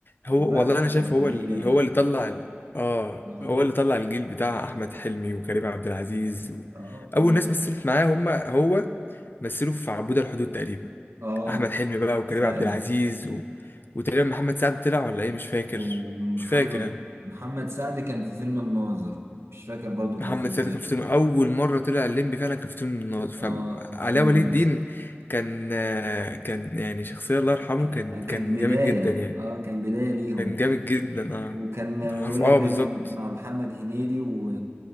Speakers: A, on the left; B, on the right.
A: هو
B: الله
A: والله
B: يرحمه
A: انا شايف
B: كان كوميديا
A: هو اللي هو اللي طلع ال- اه
B: آه
A: هو اللي طلع الجيل بتاع احمد حلمي وكريم عبد العزيز و...
B: آه
A: اول
B: و-
A: ناس مثلت معاه هم هو مثلوا في عبود الحدود تقريبا
B: آه
A: احمد حلمي بقى وكريم
B: فعلا
A: عبد العزيز و... وتقريبا محمد سعد طلع ولا ايه مش فاكر
B: ومحمد
A: مش فاكر
B: محمد سعد كان في فيلم الناظر مش فاكر برضو كان
A: محمد
B: في
A: سيد كان في فيلم اول مره طلع الليمبي فعلا كان في فيلم الناظر فعلاء
B: اه في فيلم
A: ولي
B: الناظر
A: الدين كان آه، كان يعني شخصيه الله يرحمه
B: ك-
A: كان
B: كان
A: كان
B: بداية
A: جامد جدا يعني
B: اه كان بداية ليهم
A: كان جامد جدا اه
B: وكان يقول
A: عارف اه
B: لك دايما
A: بالظبط
B: مع محمد هنيدي و...